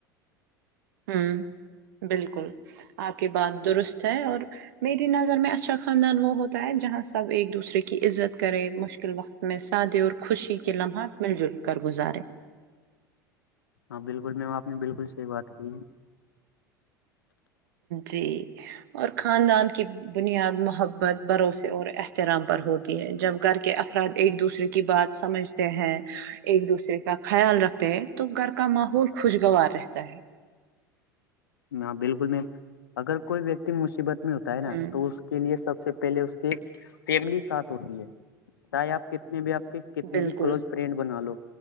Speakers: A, on the right (about 65°); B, on the left (about 75°).
A: ہوں بالکل آپ کی بات درست ہے اور میری نظر میں اچھا خاندان وہ ہوتا ہے جہاں سب ایک دوسرے کی عزت کرے مشکل وقت میں سادے اور خوشی کے لمحات مل جل کر گزارے
B: ہاں بالکل میم آپ نے بالکل صحی بات کی ہے
A: جی اور خاندان کی بنیاد محبت بھروسے اور احترام پر ہوتی ہے جب گھر کے افراد ایک دوسرے کی بات سمجھتے ہیں ایک دوسرے کا خیال رکھتے ہیں تو گھر کا ماحول خوشگوار رہتا ہے
B: ہاں بالکل میں اگر کوئی ویکتی مصیبت میں ہوتا ہے نا
A: ہوں
B: تو اس کے لیے سب سے پہلے اس کے فیملی ساتھ ہوتی ہے بائے آپ کتنے بھی آپ کے کتنے
A: بالکل
B: بھی کلوز فرینڈ بنا لو